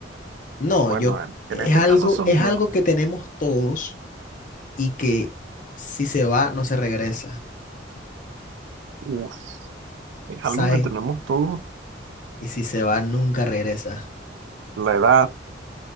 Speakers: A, on the left; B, on the right.
A: no,
B: Bueno,
A: yo,
B: en, en
A: es
B: este
A: algo,
B: caso son
A: es algo
B: los...
A: que tenemos todos y que si se va, no se regresa,
B: uf, es
A: ¿sabes?
B: algo que tenemos todos.
A: Y si se va, nunca regresa.
B: La edad,